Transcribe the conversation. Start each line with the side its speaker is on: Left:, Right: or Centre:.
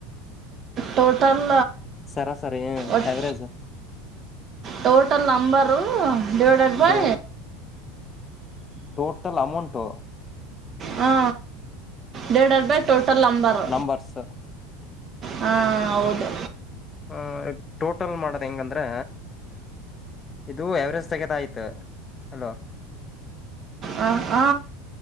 Right: ಟೋಟಲ್
Left: ಸರ ಸರಿಏ
Right: ಒಟ್ಟು
Left: average
Right: total number divided by
Left: the total amount
Right: ಹಾ ದಡ್ರ್ಬಾಯ ಟೋಟಲ್ ಅಂಬರ್
Left: ನಂಬರ್ಸ್
Right: ಹಾ ಹೌದು
Left: ಹ್ಮ ಟೋಟಲ್ ಮಾಡದ ಹೆಂಗಂದ್ರೆ ಇದು ಎವರೆಸ್ಟ್ ತೆಗೆದ ಅಯ್ತೆ ಹಲೋ.
Right: <unintelligible> ಹಾ